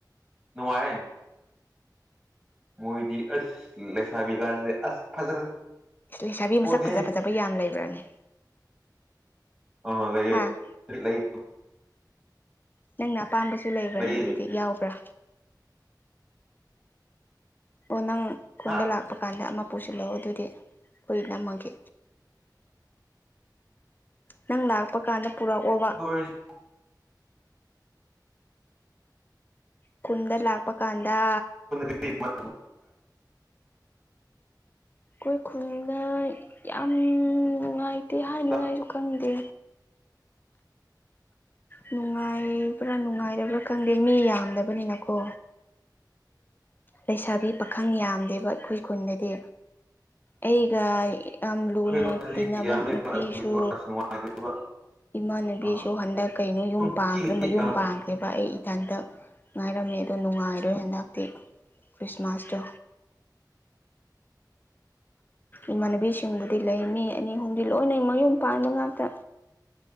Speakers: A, on the right (about 20°); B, on the left (about 25°).
A: ꯅꯨꯡꯉꯥꯏ ꯃꯣꯏꯗꯤ ꯑꯁ ꯂꯩꯁꯥꯕꯤ ꯀꯥꯁꯤꯦ ꯑꯁ ꯐꯖꯔ
B: ꯂꯩꯁꯥꯕꯤ
A: ꯄꯣꯠꯅꯤꯍꯦ
B: ꯃꯁꯛ ꯐꯖ ꯐꯖꯕ ꯌꯥꯝ ꯂꯩꯕ꯭ꯔꯅꯦ
A: ꯑꯥ ꯂꯩꯌꯦ
B: ꯍꯥ
A: ꯂꯩ
B: ꯅꯪꯅ ꯑꯄꯥꯝꯕꯁꯨ ꯂꯩꯕ꯭ꯔꯅꯦ
A: ꯂꯩꯌꯦ
B: ꯑꯗꯨꯗꯤ ꯌꯥꯎꯕ꯭ꯔꯥ ꯑꯣ ꯅꯪ ꯈꯨꯟꯗ
A: ꯍꯥ
B: ꯂꯥꯛꯄ ꯀꯥꯟꯗ ꯑꯃ ꯄꯨꯁꯤꯜꯂꯣ ꯑꯗꯨꯗꯤ ꯑꯩꯈꯣꯏ ꯅꯝꯃꯒꯦ ꯅꯪ ꯂꯥꯛꯄ ꯀꯥꯟꯗ ꯄꯨꯔꯛ ꯑꯣ
A: ꯑꯣꯏ
B: ꯈꯨꯟꯗ ꯂꯥꯛꯄ ꯀꯥꯟꯗ
A: ꯎ
B: ꯑꯩꯈꯣꯏ ꯈꯨꯜꯗ ꯌꯥꯝ ꯅꯨꯡꯉꯥꯏꯇꯦ ꯍꯥꯏꯅꯤꯡꯉꯥꯏ
A: ꯑꯩꯈꯣꯏ
B: ꯑꯩꯁꯨ ꯈꯪꯗꯦ
A: <unintelligible>
B: ꯅꯨꯡꯉꯥꯏꯕ꯭ꯔꯥ ꯅꯨꯡꯉꯥꯏꯔꯕ꯭ꯔꯥ ꯈꯪꯗꯦ ꯃꯤ ꯌꯥꯝꯗꯕꯅꯤꯅꯀꯣ
A: <unintelligible>
B: ꯂꯩꯁꯥꯕꯤ ꯄꯥꯈꯪ ꯌꯥꯝꯗꯦꯕ ꯑꯩꯈꯣꯏ ꯈꯨꯟꯗꯗꯤ ꯑꯩꯒ ꯌꯥꯝ ꯂꯨꯅ
A: ꯀꯣꯟꯗꯗꯤ
B: ꯇꯤꯟꯅꯕ
A: ꯌꯥꯝꯃꯦꯕ
B: ꯅꯨꯄꯤꯁꯨ
A: ꯑꯗꯨꯒꯤ ꯀ꯭ꯂꯥꯁ ꯅꯨꯡꯉꯥꯏꯇꯦꯕ
B: ꯏꯃꯥꯟꯅꯨꯕꯤꯁꯨ
A: ꯑꯥ
B: ꯍꯟꯗꯛ ꯀꯩꯅꯣ ꯌꯨꯝ
A: ꯅꯨꯡꯇꯤꯒꯤ
B: ꯄꯥꯡꯈ꯭ꯔꯦ ꯃꯌꯨꯝ
A: ꯑ
B: ꯄꯥꯟꯈ꯭ꯔꯦ ꯕ ꯑꯩ ꯏꯊꯟꯇ ꯉꯥꯏꯔꯝꯃꯦ ꯑꯗꯣ ꯅꯨꯡꯉꯥꯏꯔꯣꯏ ꯍꯟꯗꯛꯇꯤ ꯈ꯭ꯔꯤꯁꯃꯥꯁꯇꯣ ꯏꯃꯥꯟꯅꯕꯤꯁꯤꯡꯕꯨꯗꯤ ꯂꯩ ꯃꯤ ꯑꯅꯤ ꯑꯍꯨꯝꯗꯤ ꯂꯣꯏꯅ ꯃꯌꯨꯝ ꯄꯥꯟꯕ ꯉꯥꯛꯇ